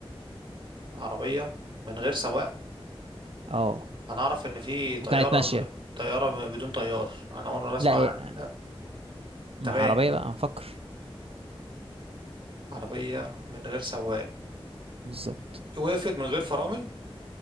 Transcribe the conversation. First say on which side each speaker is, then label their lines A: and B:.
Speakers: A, on the right (about 55°); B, on the right (about 75°).
A: عربيه من غير سواق
B: اه
A: انا اعرف ان في
B: وكانت
A: طياره
B: ماشيه
A: من غ... طياره بدون طيار انا اول مره اسمع
B: لا ايه
A: <laughs>
B: مع
A: تمام
B: عربيه بقى هنفكر
A: عربية من غير سواق
B: بالظبط
A: وقفت من غير فرامل